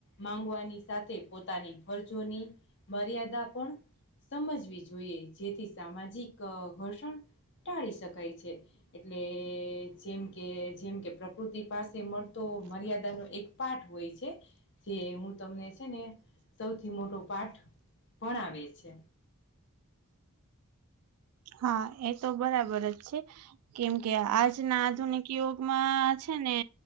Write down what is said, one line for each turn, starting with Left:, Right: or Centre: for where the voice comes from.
Left: માંગવાની સાથે પોતાની ફરજોની મર્યાદા પણ સમજવી જોઈએ. જેથી સામાજિક ઘર્ષણ ટાળી શકાય છે. એટલે.. જેમ કે જેમકે પ્રકૃતિ પાસે તે મળતો મર્યાદાનો એક પાઠ હોય છે. કે હું તમને છે ને સૌથી મોટો પાઠ ભણાવે છે.
Right: હા એ તો બરાબર જ છે. કેમ કે આજના આધુનિક યુગમાં છે ને